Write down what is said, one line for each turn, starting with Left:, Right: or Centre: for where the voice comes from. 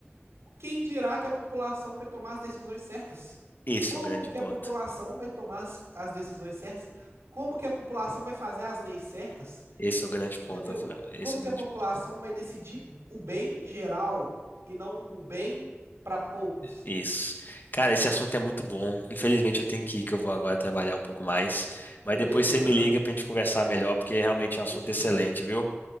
Right: quem dirá que a população vai tomar as decisões certas?
Left: Esse
Right: Como
Left: é o grande
Right: que
Left: ponto.
Right: a população vai tomar as, as decisões certas? Como que a população vai fazer as leis certas?
Left: Esse é o grande
Right: Entendeu?
Left: ponto, Rafael. Esse
Right: Como
Left: é
Right: que
Left: o grande
Right: a população
Left: ponto.
Right: vai decidir o bem geral e não o bem para poucos?
Left: Isso. Cara, esse assunto é muito bom. Infelizmente eu tenho que ir, que eu vou agora trabalhar um pouco mais. Mas
Right: Ô,
Left: depois
Right: beleza,
Left: você me
Right: meu
Left: liga
Right: amigo.
Left: pra gente conversar melhor, porque realmente
Right: Fechou,
Left: é um assunto excelente,
Right: pô.
Left: viu?